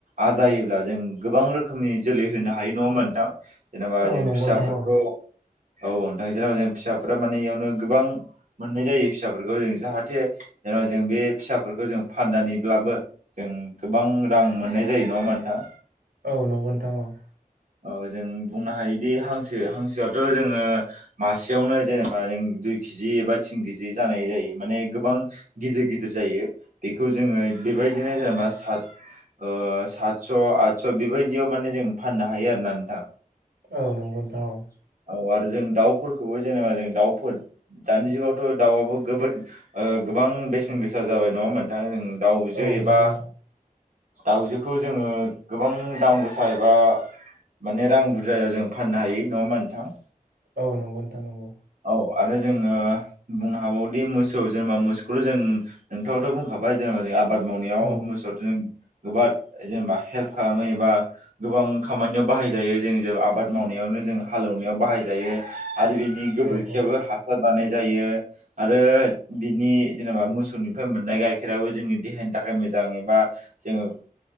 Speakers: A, on the right (about 55°); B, on the right (about 85°).
A: आजायोब्ला जों गोब गोबां रोखोमनि जोलै होनो हायो नङा होनबा नोंथां जेनेबा
B: औ
A: जों
B: नंगौ
A: फिसाफोरखौ
B: नोंथां औ
A: औ औ नोंथां जेनावबा जों फिसाफोरा माने इयावनो गोबां मोननाय जायो फिसाफोरखौ जों जाहाथे जेनबा जों बे फिसाफोरखौ जों फाननानैब्लाबो जों गोबां रां मोननाय जायो नङा होनबा नोंथां
B: औ नंगौ नोंथां औ
A: औ जों बुंनो हायोदि हांसो हांसोआथ' जोङो मासेयावनो जेनेबा जों दुइ केजि एबा तिन केजि जानाय जायो माने गोबां गिदिर गिदिर जायो बेखौ जोङो बेबायदिनो जेनेबा सात ओ सातस' आतस बेबायदियाव माने जों फाननो हायो आरो ना नोंथां
B: औ नंगौ नोंथां औ
A: औ आरो जों दाउफोरखौबो जेनेबा जों दाउफोर दानि जुगावथ' दाउआबो गोबोद ओ गोबां बेसेन गोसा जाबाय नङा होनबा नोंथां जों दाउजो
B: औ
A: एबा
B: नंगौ नोंथां
A: दाउजोखौ जोङो गोबां दाम गोसा एबा माने रां बुरजायाव जों फाननो हायो नङा होमबा नोंथां
B: औ नंगौ नोंथां नंगौ
A: औ आरो जोङो बुंनो हाबावदि मोसौ जेनेबा मोसौ बेखौ जों नोंथाङावथ' बुंखाबाय जेनेबा जों आबाद मावनायाव
B: औ
A: मोसौ जों गोबाद जेनबा हेल्प खालामो एबा गोबां खामानायाव बाहायजायो आबाद मावनाया नायाव जों हालेवनायाव बाहाय जायो आरो बिनि गोबोरखियो
B: औ औ
A: हासार बानाय जायो आरो बिनि जेनेबा मोसौनिफ्राय मोननाय गाइखेराबो जोंनि देहानि थाखाय मोजां एबा जोङो